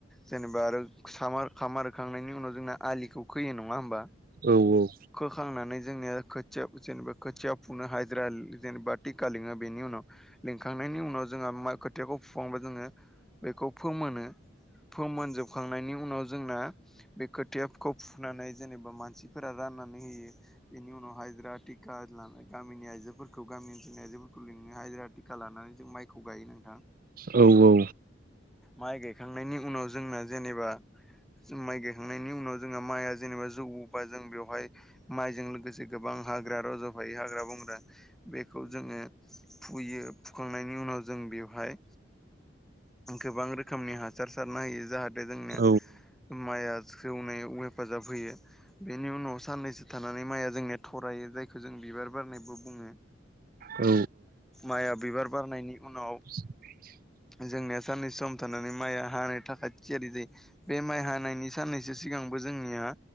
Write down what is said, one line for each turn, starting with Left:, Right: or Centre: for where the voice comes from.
Centre: जेनेबा आरो सामार होखांनायनि उनाव जोंना आलिखौ खोयो नङा होमबा?
Right: औ औ
Centre: खोखांनानै जोंनिया खोथिया जेनेबा खोथिया फुनो हाजिरा जेनेबा थिखा लङो बेनि उनाव लिंखांनायनि उनाव जोंहा मा खोथियाखौ फुखांबा जोङो बेखौ फोमोनो फोमोन जोबखांनायनि उनाव जोंना बे खोथियाखौ फुनानै जेनेबा मानसिफोरा राननानै होयो। बेनि उनाव हाइजिरा टिका लानाय गामिनि आइजोफोरखौ गामि ओनसोलनि आइजोफोरखौ लिंनो हाजिरा टि थिखा लानानै जों माइखौ गायो नोंथां।
Right: औ औ
Centre: माइ गायखांनायनि उनाव जोंना जेनेबा माइ गायखांनायनि उनाव जोंहा माइआ जेनेबा जौ बा जों बेवहाय माइजों लोगोसे गोबां हाग्रा रज'फायो हाग्रा बंग्रा बेखौ जोङो फुयो फुखांनायनि उनाव जों बेवहाय गोबां रोखोमनि हासार सारना होयो जाहाथे जोंनिया
Right: औ
Centre: माइआ जौनायाव हेफाजाब होयो। बेनि उनाव साननैसो थानानै माइया जोंनिया थरायो जायखौ जों बिबार बारनायबो बुङो।
Right: औ उम औ
Centre: माइआ बिबार बारनायनि उनाव
Right: <inaudible>
Centre: जोंनिया साननै सम थानानै माइआ हानाय थाखाय थियारि जायो बे माइ हानायनि साननैसो सिगांबो जोंनिया